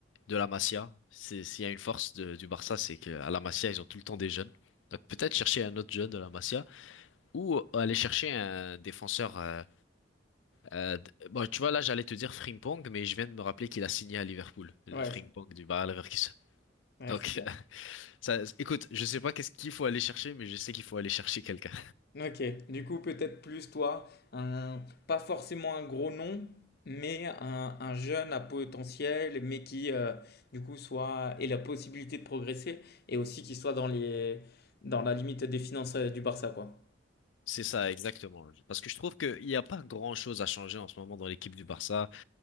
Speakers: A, on the left (about 85°); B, on the left (about 60°).
A: de la Masia. C'est s'il y a une force de- du Barça, c'est qu'à la Masia ils ont tout le temps des jeunes. Donc peut-être chercher un autre jeune de la Masia ou aller chercher un défenseur. euh, euh, d- bon, tu vois, là, j'allais te dire Frimpong, mais je viens de me rappeler qu'il a signé à Liverpool, le
B: Ouais,
A: Frimpong
B: c'est-
A: du Bayer Leverkusen.
B: ouais,
A: Donc,
B: c'est clair.
A: <laughs> ça, écoute, je sais pas qu'est-ce qu'il faut aller chercher, mais je sais qu'il faut aller chercher quelqu'un.
B: Ok, du coup, peut-être plus toi, un, pas forcément un gros nom, mais un, un jeune à potentiel, mais qui, euh, du coup, soit, ait la possibilité de progresser et aussi qui soit dans les, dans la limite des finances euh, du Barça, quoi.
A: <laughs> C'est ça, exactement. Parce que je trouve qu'il n'y a pas grand-chose à changer en ce moment dans l'équipe du Barça.